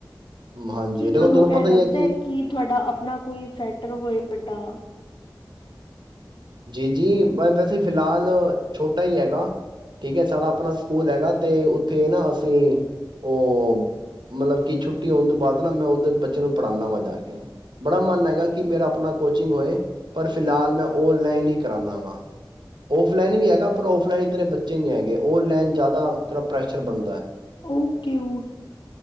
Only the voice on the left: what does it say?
ਕੀ
ਤੁਹਾਨੂੰ
ਐ ਲੱਗਦਾ
ਐ ਕਿ ਤੁਹਾਡਾ ਆਪਨਾ ਕੋਈ ਸੈਂਟਰ ਹੋਏ ਵੱਡਾ।
ਓਕੇ ਓ ਹੂੰ